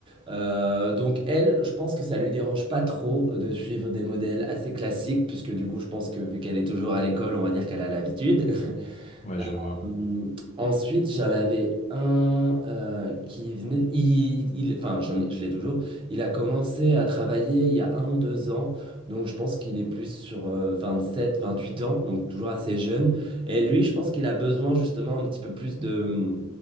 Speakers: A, on the right; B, on the left.
A: Euh, donc elle, je pense que ça lui dérange pas trop de suivre des modèles assez classiques, puisque du coup je pense que vu qu'elle est toujours à l'école, on va dire qu'elle a l'habitude. <laughs>
B: Ouais, je vois.
A: Euh, ensuite, j'en avais un euh, qui venait, il, il- enfin j'en ai- je l'ai toujours, il a commencé à travailler il y a un ou deux ans, donc je pense qu'il est plus sur euh, vingt-sept, vingt-huit ans, donc toujours assez jeune. Et lui, je pense qu'il a besoin justement un petit peu plus de